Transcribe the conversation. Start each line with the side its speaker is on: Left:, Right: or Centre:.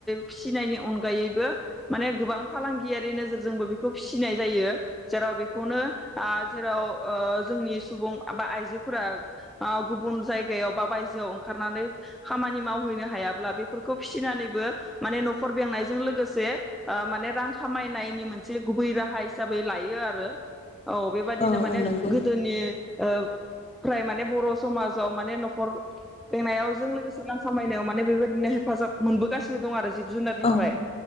Centre: फिसिनायनि अनगायैबो माने गोबां फालांगियारि नोजोरजोंबो बेखौ फिसिनाय जायो जेराव बेखौनो आ जेराव ओ जोंनि सुबुं बा आइजोफोरा गुबुन जायगायाव बा बायजोआव ओंखारनानै खामानि माव हैैनो हायाब्ला बेफोरखौ फिसिनानैबो माने न'खर बेंनायजों लोगोसे माने रां खामायनायनि मोनसे गुबै राहा हिसाबै लायो आरो। औ बेबादिनो
Left: औ
Centre: माने
Left: औ नंगौ
Centre: गोदोनि ओ फ्राय माने बर' समाजाव माने न'खर लेंनायाव जों लोगोसे रां खामायनायाव माने बेबायदिनो हेफाजाब मोनबो गासिनो दं आरो जिब जुनारनिफ्राय
Left: औ